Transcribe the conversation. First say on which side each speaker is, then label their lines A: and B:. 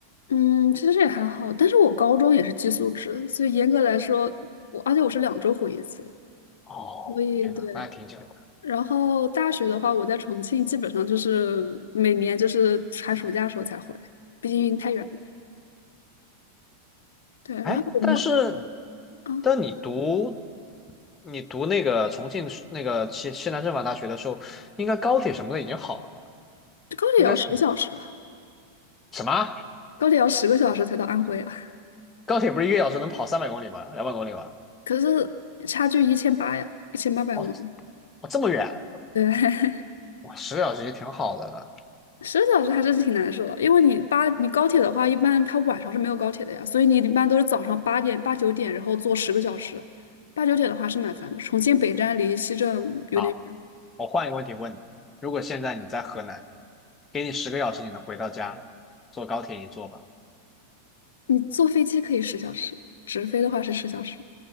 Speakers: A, on the left; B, on the left.
A: 嗯，其实也还好，但是我高中也是寄宿制，所以严格来说，我而且我是两周回一次，
B: 哦，
A: 所以对。
B: 天呐，那还挺久的。
A: 然后大学的话，我在重庆基本上就是每年就是寒暑假的时候才回，毕竟太远了。对，
B: 哎，
A: 然后我妈
B: 但是，
A: 啊，
B: 但你读你读那个重庆是那个西西南政法大学的时候，应该高铁什么的已经好了吧？
A: 这高铁也要十小时啊，
B: 应该是什么？
A: 高铁要十个小时才到安徽啊。
B: 高铁不是一个小时能跑三百公里吗？两百公里吗？
A: 可是差距一千八呀，一千八百公里，
B: 哦，哦这么远，
A: 对，<laughs>
B: 哇，十个小时也挺好的了。
A: 十个小时还是挺难受的。因为你八，你高铁的话，一般它晚上是没有高铁的呀，所以你一般都是早上八点、八九点，然后坐十个小时。八九点的话是蛮烦的，重庆北站离西站有点远。
B: 好，我换一个问题问你：如果现在你在河南，给你十个小时，你能回到家，坐高铁你坐吧？
A: 你坐飞机可以十小时，直飞的话是十小时。